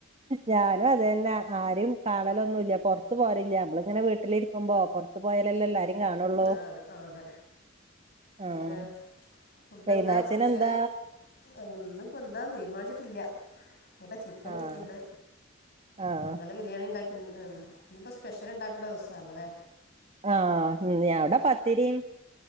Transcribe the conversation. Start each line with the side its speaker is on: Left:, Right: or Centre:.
Right: ഞാനും അത് തന്നെ ആരേം കാണലൊന്നുല്ല പുറത്ത് പോവാറില്ല നമ്മളിങ്ങനെ വീട്ടിലിരിക്കുമ്പോ പുറത്ത് പോയലല്ലേ എല്ലാരേം കാണുള്ളൂ
Left: ആഹ് അതെ അതെ പിന്നെ
Right: ആഹ്
Left: ഫുഡ്
Right: വൈന്നേരത്തിന്
Left: എന്താ സ്പെഷ്യല്
Right: എന്താ
Left: ഒന്നും ഇപ്പോ എന്താ തീരുമാനിച്ചട്ടില്ല ഇവിടെ ചിക്കൻ
Right: ആഹ്
Left: ഇരിക്കണ്ട്
Right: ആഹ്
Left: ഇന്നലെ ബിരിയാണി ഉണ്ടാക്കി ഇന്നിപ്പോ സ്പെഷ്യൽ ഉണ്ടാക്കേണ്ട ദിവസാണല്ലേ
Right: ആഹ് അവിടെ പത്തിരിം